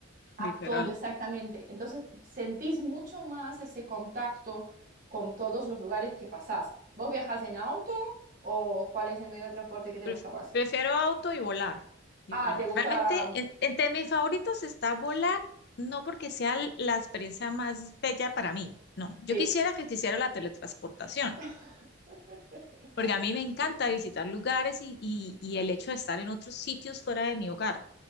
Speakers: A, on the right; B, on the left.
A: a
B: literal.
A: todo exactamente. Entonces, sentís mucho más ese contacto con todos los lugares que pasás. ¿Vos viajas en auto o cuál es el medio de transporte que te
B: Pref-
A: gusta más?
B: Prefiero auto y volar. Y
A: Ah,
B: volar.
A: te gusta,
B: Realmente, en- entre mis favoritos está volar, no porque sea l- la experiencia más bella para mí, no. Yo
A: sí,
B: quisiera que quisiera la teletransportación,
A: <laughs>
B: porque a mí me encanta visitar lugares y, y, y el hecho de estar en otros sitios fuera de mi hogar.